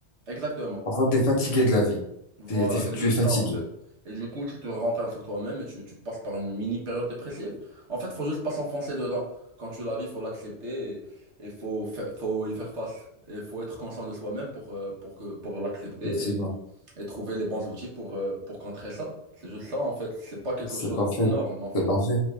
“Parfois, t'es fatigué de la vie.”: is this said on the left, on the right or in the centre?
Left